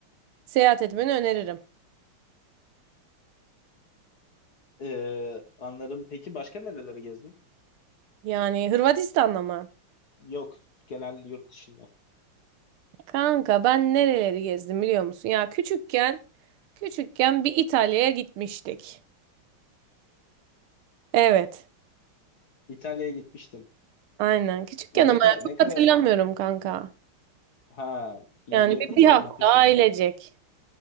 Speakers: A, on the right; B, on the left.
A: seyahat etmeni öneririm.
B: Ee, anladım. Peki başka nerelere gezdin?
A: Yani Hırvatistan'da mı?
B: Yok, genel yurt dışında.
A: Kanka ben nereleri gezdim biliyor musun? Ya küçükken küçükken bir İtalya'ya gitmiştik. Evet.
B: İtalya'ya gitmiştin.
A: Aynen. Küçükken
B: Ne
A: ama
B: kadar
A: ya çok
B: ne kadar
A: hatırlamıyorum kanka.
B: ha y-
A: Yani
B: yakın
A: bir, bir
B: zamanda
A: hafta
B: peki
A: ailecek.